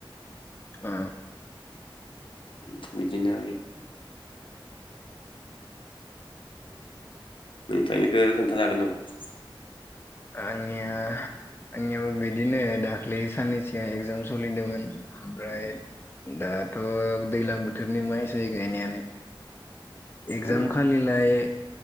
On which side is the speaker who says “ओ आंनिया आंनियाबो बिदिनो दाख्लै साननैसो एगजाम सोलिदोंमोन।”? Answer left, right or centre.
Left